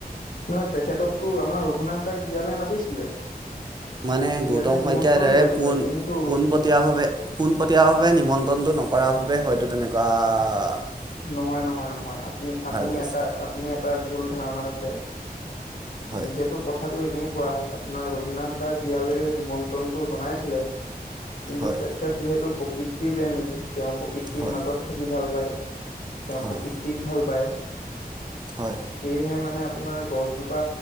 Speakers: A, on the left; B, on the right.
A: নহয় তেখেতকতো, আমাৰ ৰঘুনাথ দাক বিয়ালৈ মাতিছিলে।
B: মানে
A: বিয়ালৈ
B: গৌতম
A: নিমন্ত্ৰণ
B: শইকীয়াই ডাইৰেক্ট
A: কৰিছিলে
B: ফোন
A: কিন্তু
B: ফোনত টিয়া ভাৱে, পোনপটীয়া ভাৱে নিমন্ত্ৰণটো নকৰা বাবে হয়তো তেনেকুৱা আ আ আ
A: নহয় নহয় নহয়, আপুনি আপুনি
B: কৰিছে
A: এটা, আপুনি এটা ভুল ধাৰণাত আছে।
B: হয়
A: যিহেতু কথাটো এনেকোৱা, আপোনাৰ ৰঘুনাথ দাক বিয়ালৈ নিমন্ত্ৰণটো জনাইছিলে। কিন্তু
B: হয়
A: তেখেত যিহেতু প্ৰকৃতিৰ প্ৰেমী, তেওঁ প্ৰকৃতিৰ
B: হয়
A: মাজত থাকি ভাল পায়। তেওঁ
B: হয়
A: প্ৰকৃতিক ভাল পায়।
B: হয়।
A: সেয়েহে মানে আপোনাৰ গছজোপা